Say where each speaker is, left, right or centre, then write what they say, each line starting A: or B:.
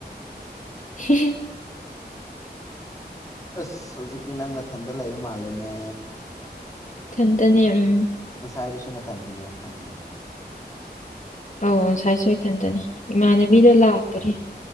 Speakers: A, on the left; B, on the left.
A: ꯍ
B: ꯑꯁ ꯍꯧꯖꯤꯛꯇꯤ ꯅꯪ ꯃꯊꯟꯗ ꯂꯩꯕ ꯃꯥꯜꯂꯦꯅꯦ
A: ꯊꯟꯇꯅꯦ ꯎꯝ
B: ꯆꯥꯏꯗꯨꯁꯨ ꯅ ꯊꯥꯟꯗꯅꯦ ꯈꯪꯉꯦ
A: ꯑꯧ ꯉꯥꯏ ꯁꯣꯏꯊꯟꯗꯅꯦ ꯏꯃꯥꯟꯅꯕꯤꯗꯣ
B: ꯎꯝ
A: ꯂꯥꯛꯇꯔꯤ